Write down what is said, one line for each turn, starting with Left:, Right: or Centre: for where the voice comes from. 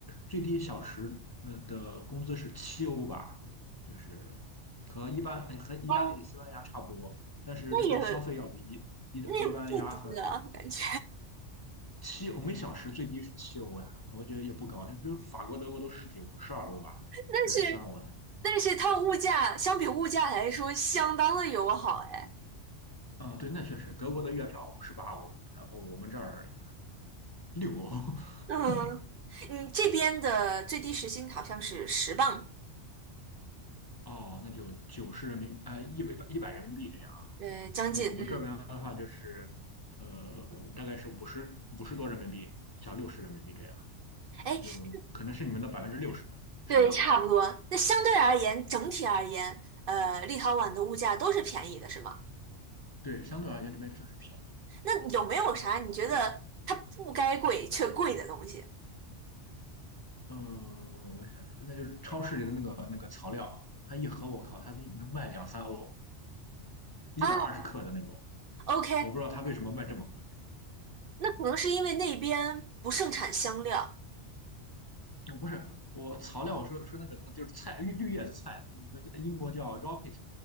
Left: 最低小时呃的工资是七欧吧，就是和一般和意大利、
Right: 哦，
Left: 西班牙差不多，但是这边消费要比一一一般牙和
Right: 那也那也不低啊，感觉。
Left: 七，我们小时最低是七欧呀，我觉得也不高。比如法国、德国都十几欧，十二欧吧，
Right: <laughs> 但是
Left: 还是十三欧呢？
Right: 但是它物价相比物价来说，相当的友好哎。
Left: 啊、对，那确实，德国的月票十八欧，然后我们这儿六欧，
Right: 嗯，
Left: <laughs>
Right: 你这边的最低时薪好像是十磅，
Left: 哦，那就九十人民，呃，一百一百人民币这样。
Right: 呃，将近嗯。
Left: 那我们这边的话就是，呃，大概是五十五十多人民币，小六十人民币这样，
Right: 哎，
Left: 就可能是你们的百分之六十的收入。
Right: 对，差不多。那相对而言，整体而言，呃，立陶宛的物价都是便宜的，是吗？
Left: 对，相对而言这边确实便宜。
Right: 那有没有啥你觉得它不该贵却贵的东西
Left: 呃，我想想，那就是超市里的那个那个草料，它一盒我靠，它那能卖两三欧，一百二十克的那种，
Right: 啊？OK，
Left: 我不知道它为什么卖这么贵。
Right: 那可能是因为那边不盛产香料
Left: 啊不是，我草料，我说说那个那个就是菜，绿绿叶子菜，你们这英国叫 rocket，